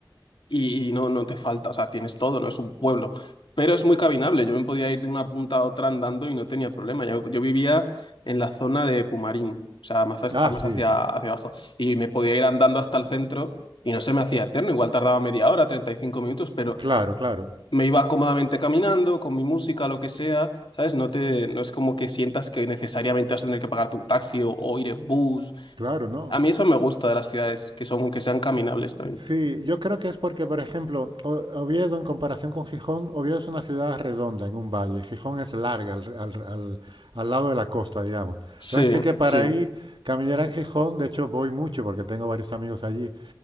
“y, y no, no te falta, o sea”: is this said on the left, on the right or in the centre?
Left